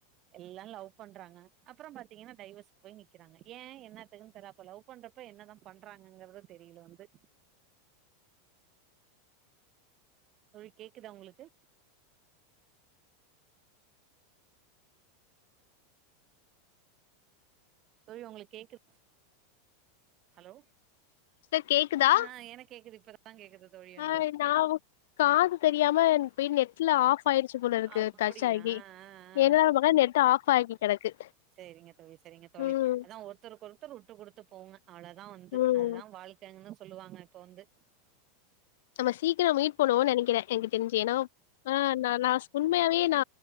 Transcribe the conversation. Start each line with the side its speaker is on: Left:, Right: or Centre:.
Right: எல்லா லவ் பண்றாங்க அப்புறோ பாத்தீங்கன்னா டைவஸ்க்கு போய் நிக்குறாங்க ஏ என்னாத்துக்குன்னு தெரா அப்போ லவ் பண்ற ப்ப என்ன தா பண்றாங்கங்கறது தெரில வந்து தோழி கேக்குதா உங்களுக்கு தோழி உங்களுக் கேக்கு ஹலோ
Left: சிஸ்டர் கேக்குதா
Right: ஆ எனக்கு கேக்குது இப்பதான் கேக்குது தோழி
Left: ஹாய்
Right: வந்து
Left: நா உ காது தெரியாம போய் நெட்ல ஆஃப் ஆயிருச்சு போல இருக்கு
Right: அப்படியா
Left: டச் ஆகி
Right: ஆ ஆ
Left: என்னடா பாக்குற நெட் ஆ ஃப் ஆகி கெடக்கு
Right: செரிங்க தோழி செரிங்க தோழி
Left: ம்
Right: அதா ஒருத்தருக்கொ ருத்தர் உட்டு குடுத்து போங்க அவ்ளோதா வந்து
Left: ம்
Right: அது தா வாழ்க்கைங்கன்னு சொல்லுவாங்க இப்ப வந்து
Left: நம்ம சீக்கரோ மீட் பண்ணுவோன் நெனக்கிறே எனக்கு தெரிஞ்சு ஏனா ஆ நா லாஸ் உண்மையாவே நா